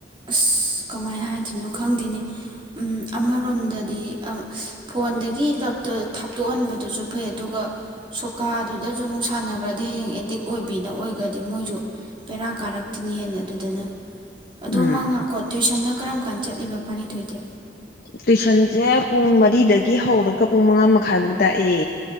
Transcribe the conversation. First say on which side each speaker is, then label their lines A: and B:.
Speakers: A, on the right; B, on the left.
A: ꯑꯁ ꯀꯃꯥꯏꯅ ꯍꯥꯏꯗꯣꯏꯅꯣ ꯈꯪꯗꯦꯅꯤ ꯑꯃꯔꯣꯝꯗꯗꯤ ꯐꯣꯟꯗꯒꯤ ꯂꯞꯇ ꯊꯥꯞꯇꯣꯛꯍꯟꯕꯗꯨꯁꯨ ꯐꯩ ꯑꯗꯨꯒ ꯁꯣꯀꯥꯗꯨꯗꯁꯨ ꯑꯃꯨꯛ ꯁꯥꯟꯅꯈ꯭ꯔꯗꯤ ꯍꯌꯦꯡ ꯑꯦꯗꯤꯛ ꯑꯣꯏꯕꯤꯅ ꯑꯣꯏꯔꯒꯗꯤ ꯃꯣꯏꯁꯨ ꯕꯦꯔꯥ ꯀꯥꯔꯛꯇꯤꯅꯤ ꯍꯦꯟꯅ ꯑꯗꯨꯗꯅ ꯑꯗꯨꯝ
B: ꯎꯝ
A: <unintelligible> ꯇꯨꯋꯁꯟꯗ ꯀꯔꯝ ꯀꯥꯟꯗ ꯆꯠꯂꯤꯕ ꯄꯥꯔꯤꯊꯣꯏꯗꯤ
B: ꯇ꯭ꯨꯁꯟꯁꯦ ꯄꯨꯡ ꯃꯔꯤꯗꯒꯤ ꯍꯧꯔꯒ ꯄꯨꯡ ꯃꯉꯥ ꯃꯈꯥꯏꯐꯧ ꯇꯥꯛꯑꯦ